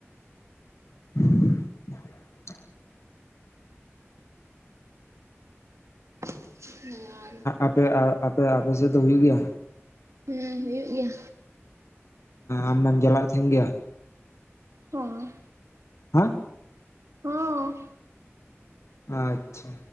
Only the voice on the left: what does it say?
<unintelligible>
ᱟᱯᱮ ᱟᱯᱮ ᱟᱯᱮ ᱥᱮᱫ ᱫᱚ ᱦᱩᱭᱩᱜ ᱜᱮᱭᱟ
ᱟᱢᱮᱢ ᱪᱟᱞᱟᱜ ᱛᱟᱦᱮᱱ ᱜᱮᱭᱟ
ᱦᱟᱸ
ᱟᱪᱪᱷᱟ